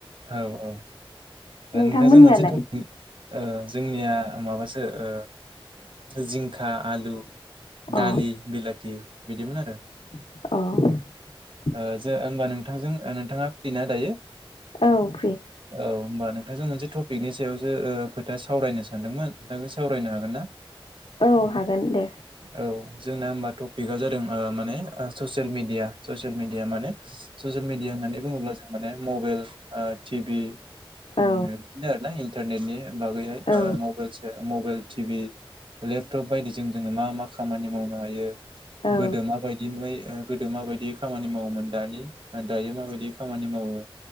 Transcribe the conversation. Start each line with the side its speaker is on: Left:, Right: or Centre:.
Right: औ औ ओ
Left: नोंथांमोननियालाय
Right: नोंथां जों मोनसे टपिक ओ जोंनिया ओ माबासो ओ जिंखा आलु दालि
Left: अ
Right: बिलाथि बिदिमोन आरो।
Left: औ।
Right: ओ जो होमबा नोंथांजो ओ नोंथाङा फ्रि ना दायो?
Left: औ फ्रि।
Right: औ होमबा नोंथांजों मोनसे टपिकनि सायावसो ओ खोथा सावरायनो सानदोंमोन नोंथांजों सावरायनो हागोन ना?
Left: औ हागोन दे
Right: औ जोंना होमबा ट' बियो जादों ओ माने ओ ससियेल मेडिया ससियेल मिडिया माने ससियेल मिडिया होननानै बुङोब्ला जों माने मबाइल ओ टिभि उम
Left: औ
Right: बिदिनो आरोना इन्टारनेटनि बागैहाय
Left: औ
Right: ओ मबाइल सो मबाइल टि भि लेपटप बायदिजों जोङो मा मा खामानि मावनो हायो
Left: औ
Right: गोदो मा बायदियै ओ गोदो माबायदि खामानि मावोमोन दानि ओ दायो माबायदि खामानि मावो